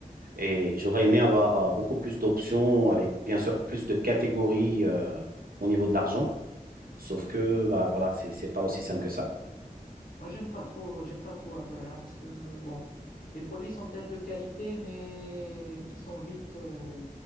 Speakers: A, on the right; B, on the left.
A: Et j'aurais aimé avoir euh, beaucoup plus d'options avec bien sûr plus de catégories euh, au niveau de l'argent. Sauf que, bah, voilà, c'est c'est pas aussi simple que ça.
B: Moi, j'aime pas trop, j'aime pas trop Apple, hein, parce que bon, les produits sont peut-être de qualité, mais ils sont vite, euh,